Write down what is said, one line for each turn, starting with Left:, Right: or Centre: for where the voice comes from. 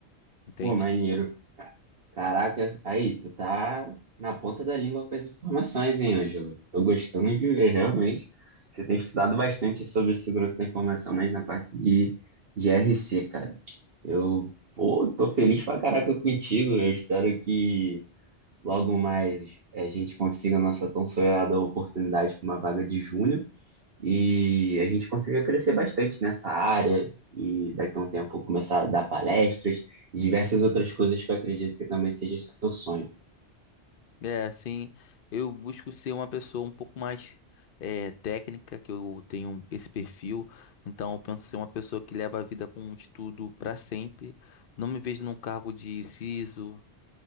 Left: entende?
Right: Pô, maneiro. Ca- Caraca, aí, tu tá na ponta da língua com as informações, hein, Ângelo? Tô gostando de ver, realmente. Você tem estudado bastante sobre segurança da informação, mas na parte de G R C, cara. Eu, pô, tô feliz pra caraca contigo. Eu espero que logo mais eh, a gente consiga a nossa tão sonhada oportunidade para uma vaga de júnior. E a gente conseguiu crescer bastante nessa área e daqui a um tempo começar a dar palestras e diversas outras coisas que eu acredito que também seja seu sonho.
Left: É, assim, eu busco ser uma pessoa um pouco mais eh, técnica, que eu tenho esse perfil, então eu penso ser uma pessoa que leva a vida com um estudo para sempre. Não me vejo num cargo de CISO,